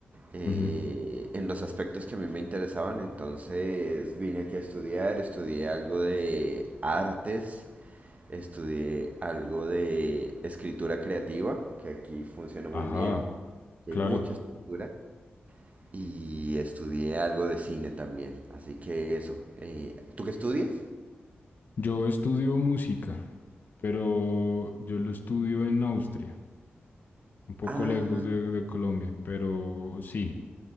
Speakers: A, on the right; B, on the left.
A: eh,
B: Ujú.
A: en los aspectos que a mí me interesaban, entonces vine aquí a estudiar, estudié algo de artes, estudié algo de escritura creativa, que aquí funciona muy
B: Ajá,
A: bien, que
B: claro.
A: hay mucha escritura, y estudié algo de cine también, así que eso. Eh, ¿tú qué estudias?
B: Yo estudio música, pero yo lo estudio en Austria, un poco
A: Ah,
B: lejos de, de Colombia, pero sí.